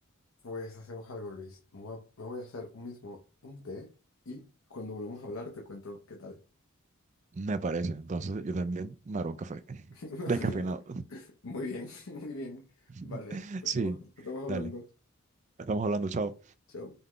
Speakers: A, on the left (about 70°); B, on the right (about 35°).
A: Pues hacemos algo, Luis. Me voy a, me voy a hacer un mismo un té y cuando volvamos a hablar te cuento qué tal.
B: Me parece. Entonces yo también me haré un café. <laughs>
A: <laughs>
B: Descafeinado.
A: Muy bien, <laughs> muy bien.
B: <laughs>
A: Vale, pues
B: Sí,
A: estamos, estamos hablando.
B: dale. Estamos hablando, chao.
A: Chao.